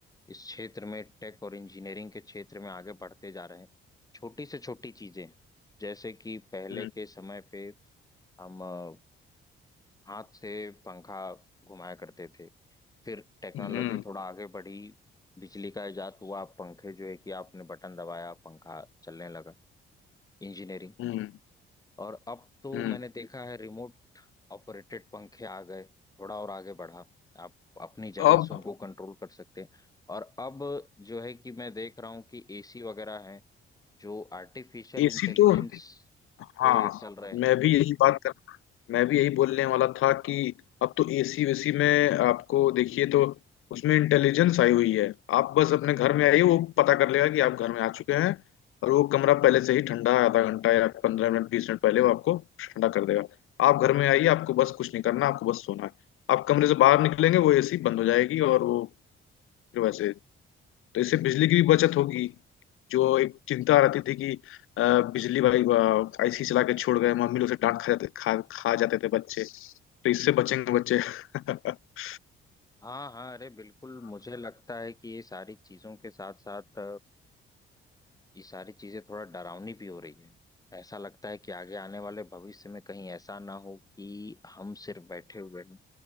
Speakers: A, on the left; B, on the left.
A: इस क्षेत्र में टेक और इंजीनियरिंग के क्षेत्र में आगे बढ़ते जा रहे हैं छोटी से छोटी चीजें जैसे कि पहले
B: हम्म
A: के समय पे हम अ, हाथ से पंखा घुमाया करते थे फिर टेक्नोलॉजी
B: हम्म
A: थोड़ा आगे बढ़ी बिजली का इजाद हुआ पंखे जो है कि आपने बटन दबाया पंखा चलने लगा इंजीनियरिंग
B: हम्म
A: और अब तो
B: हम्म।
A: मैंने देखा है रिमोट ऑपरेटेड पंखे आ गए थोड़ा और आगे बढ़ा आप अपनी जगह
B: अब
A: से उनको कंट्रोल कर सकते हैं और अब जो है कि मैं देख रहा हूँ कि एसी वगैरह हैं जो आर्टिफिशियल
B: एसी
A: इंटेलिजेंस
B: तो हाँ
A: पे चल रहे हैं
B: मैं भी यही बात कर मैं भी यही बोलने वाला था कि अब तो एसी वेसी में आपको देखिए तो उसमें इंटेलिजेंस आई हुई है आप बस अपने घर में आइए वो पता कर लेगा कि आप घर में आ चुके हैं और वो कमरा पहले से ही ठंडा है, आधा घंटा या पंद्रह मिनट बीस मिनट पहले वो आपको ठंडा कर देगा आप घर में आइए आपको बस कुछ नहीं करना आपको बस सोना है आप कमरे से बाहर निकलेंगे वो एसी बंद हो जाएगी और वो फिर वैसे तो इससे बिजली की भी बचत होगी जो एक चिंता रहती थी कि अ, बिजली भाई आईसी चला के छोड़ गए मम्मी लोग से डांट खा जाते खा खा जाते थे बच्चे तो इससे बचेंगे बच्चे <laughs>
A: हाँ हाँ अरे बिल्कुल मुझे लगता है कि ये सारी चीजों के साथ साथ ये सारी चीजें थोड़ा डरावनी भी हो रही है ऐसा लगता है कि आगे आने वाले भविष्य में कहीं ऐसा ना हो कि हम सिर्फ बैठे हुए हैं